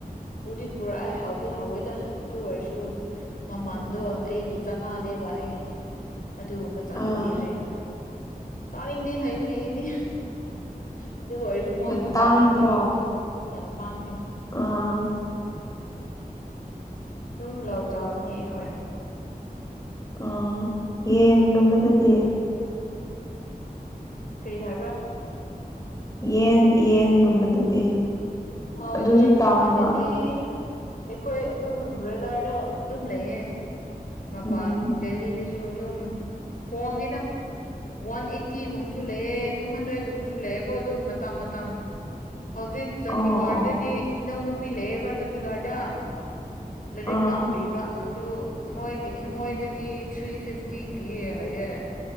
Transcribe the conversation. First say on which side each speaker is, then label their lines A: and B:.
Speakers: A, on the left; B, on the left.
A: ꯄꯨꯗꯤ ꯄꯨꯔꯛꯑꯦ ꯍꯥꯎꯗꯤ ꯍꯥꯎꯋꯦꯗ ꯑꯗꯨ ꯑꯣꯏꯔꯁꯨ ꯃꯃꯟꯗꯣ
B: ꯎꯝ
A: ꯑꯩꯒꯤ ꯆꯅꯥꯗꯦꯕ ꯑꯩ ꯑꯗꯨꯒꯨꯝꯕ ꯆꯥꯅꯤꯡꯗꯦ
B: ꯑꯥ
A: ꯍꯥꯏꯅ ꯆꯥꯅꯤꯡꯗꯦ ꯍꯥꯏꯕꯅꯦ ꯑꯩꯗꯤ ꯑꯗꯨꯒ ꯑꯣꯏꯔꯁꯨ ꯁ ꯃꯣꯏꯗꯤ
B: ꯌꯥꯝ ꯇꯥꯡꯉꯤꯀꯣ
A: ꯆꯥꯅꯤꯡꯕꯒꯤꯒ ꯌꯥꯝ ꯇꯥꯡꯉꯦ
B: ꯑꯥ
A: ꯑꯗꯨꯝ ꯂꯥꯎ ꯆꯥꯕꯅꯦ ꯑꯩꯈꯣꯏ
B: ꯑ ꯌꯦꯟ ꯒꯨꯝꯕꯗꯗꯤ
A: ꯀꯔꯤ ꯍꯥꯏꯕ꯭ꯔꯥ
B: ꯌꯦꯟ ꯌꯦꯟꯒꯨꯝꯕꯗꯗꯤ
A: ꯑꯣ
B: ꯑꯗꯨꯁꯨ
A: ꯌꯦꯟꯒꯨꯝꯕꯗꯗꯤ
B: ꯇꯥꯡꯕ꯭ꯔꯥ
A: ꯑꯩꯈꯣꯏ ꯑꯗꯨꯝ ꯕ꯭ꯔꯣꯏꯂꯔꯗꯣ ꯑꯗꯨꯝ ꯂꯩꯌꯦ ꯃꯄꯥꯟ
B: ꯎꯝ
A: ꯗꯦꯜꯂꯤꯗꯁꯨ ꯑꯗꯨꯝ ꯍꯣꯡꯉꯤꯗ ꯋꯥꯟ ꯑꯩꯠꯇꯤꯒꯨꯝꯕꯁꯨ ꯂꯩꯑꯦ ꯇꯨ ꯍꯟꯗ꯭ꯔꯦꯗꯒꯨꯝꯕꯁꯨ ꯂꯩꯑꯦꯀꯣ ꯑꯗꯨꯝ ꯃꯇꯝ ꯃꯇꯝ ꯍꯧꯖꯤꯛ ꯆꯥꯟꯗꯤꯒꯔꯗꯗꯤ
B: ꯑꯣ ꯑꯣ
A: ꯏꯅꯥꯎꯅꯨꯄꯤ ꯂꯩꯌꯦꯕ ꯆꯥꯟꯗꯤꯒꯔꯗ ꯂꯥꯏꯔꯤꯛ
B: ꯑꯥ
A: ꯇꯥꯝꯔꯤꯕ ꯑꯗꯨ ꯃꯣꯏꯒꯤ ꯃꯣꯏꯗꯗꯤ ꯊ꯭ꯔꯤ ꯐꯤꯐꯇꯤ ꯄꯤꯌꯦ ꯍꯥꯏꯌꯦ